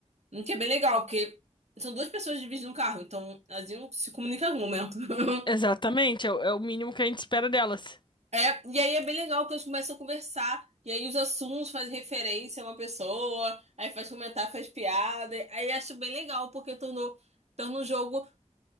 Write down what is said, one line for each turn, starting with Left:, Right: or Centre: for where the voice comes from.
Right: O que é bem legal, porque são duas pessoas dividindo o carro, então elas iam se comunicar em algum momento. <laughs>
Left: exatamente, é, o é o mínimo que a gente espera delas.
Right: É, e aí é bem legal que eles começam a conversar, e aí os assuntos fazem referência a uma pessoa, aí faz comentário, faz piada, aí acho bem legal, porque tornou, torna um jogo